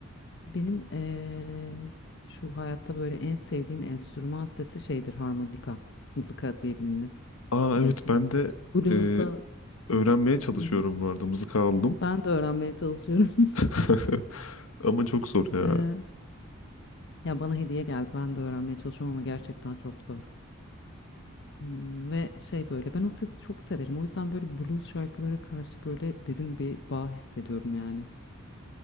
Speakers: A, on the left; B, on the left.
A: Benim eee, şu hayatta böyle en sevdiğim enstrüman sesi şeydir harmonika. Mızıka diye bilinir
B: Aa
A: biliyorsun.
B: evet ben de
A: Blues'da
B: e, öğrenmeye çalışıyorum
A: Hı hı.
B: bu arada. Mızıka aldım.
A: ben de öğrenmeye çalışıyorum. <laughs>
B: <laughs> Ama çok zor ya.
A: Eee, ya bana hediye geldi ben de öğrenmeye çalışıyorum ama gerçekten çok zor. Hmm, ve şey böyle ben o sesi çok severim. O yüzden böyle blues şarkılara karşı böyle derin bir bağ hissediyorum yani.